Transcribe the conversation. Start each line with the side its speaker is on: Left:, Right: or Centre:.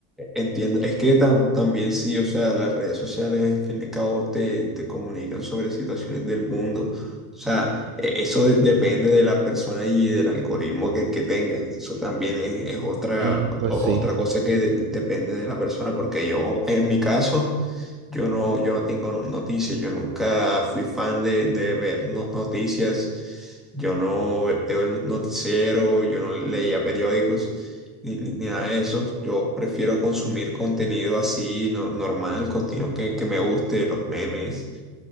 Centre: Entiendo, es que tam- también sí, o sea, las redes sociales, al fin y al cabo, te, te comunican sobre situaciones del mundo. O sea, e- eso de- depende de la persona y del algoritmo que, que tenga. Eso también es, es otra,
Right: Mm, pues
Centre: o-
Right: sí,
Centre: otra cosa que de- de- depende de la persona, porque yo, en mi caso, yo no, yo no tengo no- noticias, yo nunca fui fan de, de ver no- noticias, yo no ve- veo el noticiero, yo no leía periódicos, ni, ni- ni nada de eso. Yo prefiero consumir contenido así, no- normal, contenido que, que me guste, los memes,